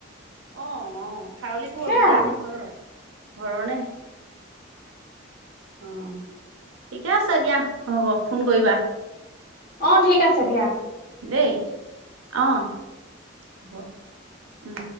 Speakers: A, on the right; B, on the left.
A: অ অ খাৰলি কৰ
B: সেয়া
A: কিনা নে ঘৰৰ? ঘৰৰে অ ঠিকে আছে দিয়া হ'ব ফোন কৰিবা।
B: অ ঠিক আছে দিয়া।
A: দেই, অ হব উম।